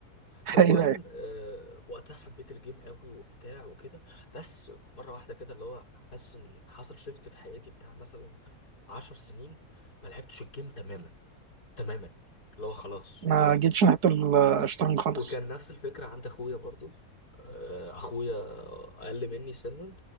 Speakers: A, on the right; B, on the left.
A: <laughs>
B: فالمهم
A: ايوه ايوه
B: آه، وقتها حبيت الجيم قوي وبتاع وكده بس مره واحده كده اللي هو حاسس ان حصل شيفت في حياتي بتاع مثلا عشر سنين ما لعبتش الجيم تماما تماما اللي هو خلاص
A: ما
B: طارد
A: جيتش ناحيه الشطرنج خالص
B: وكان نفس الفكره عند اخويا برضو آه، اخويا اقل مني سنا